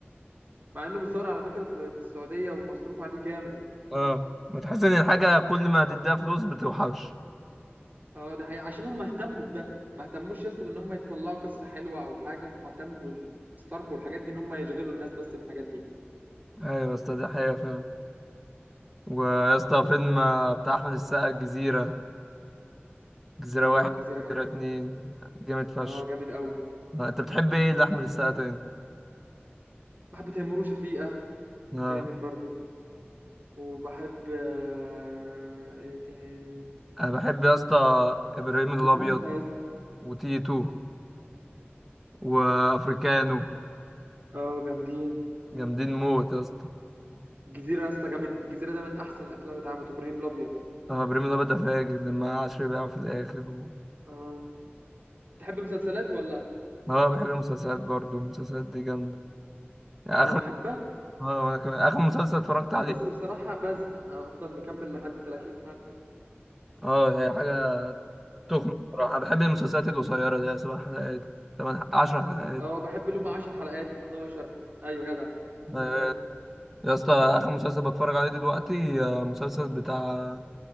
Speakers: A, on the right; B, in the centre.
A: مع انه متصور على فكره في, في السعوديه ومصروف عليه جامد
B: اه ما تحس ان الحاجة كل ما تديها فلوس بتوحش
A: اه ده حقيقه عشان هم اهتموا بده ما اهتموش يا اسطى بان هم يطلعوا قصه حلوه او حاجه هم اهتموا بالصرف والحاجات دي ان هم يشغلوا الناس بس بالحاجات دي
B: ايوه يا اسطى دي حقيقة فعلا ويا اسطى فيلم بتاع احمد السقا الجزيرة جزيرة
A: اه
B: واحد
A: الجزيره جامد
B: جزيرة اتنين جامد فشخ
A: اه جامد قوي
B: انت بتحب ايه لأحمد السقا تاني؟
A: بحب تيمور وشفيقه
B: آه.
A: جامد برضو وبحب آه، ايه تاني
B: انا بحب يا اسطى ابراهيم الابيض
A: وبوحه يا اسطى.
B: وتيتو وافريكانو
A: اه جامدين
B: جامدين موت يا اسطى
A: الجزيرة يا اسطى جامد الجزيرة ده من أحسن الأفلام اللي اتعملت إبراهيم الأبيض
B: اه ابراهيم الابيض ده فاجر لما عشري بيعه في الاخر و...
A: آه تحب مسلسلات ولا؟
B: اه بحب المسلسلات برضو المسلسلات دي جامده يعني
A: أنا
B: اخر
A: بحبها
B: اه وانا كمان اخر مسلسل اتفرجت عليه
A: بس بصراحة بزهق آه، أفضل مكمل لحد 30 حلقة
B: اه هي حاجه تخنق بصراحه انا بحب المسلسلات القصيره دي سبع حلقات تمن ح- عشر حلقات
A: أه بحب اللي هم 10 حلقات 12 أيوة جدع
B: آه،
A: وأنا كمان
B: يا اسطى اخر مسلسل بتفرج عليه دلوقتي آه، مسلسل بتاع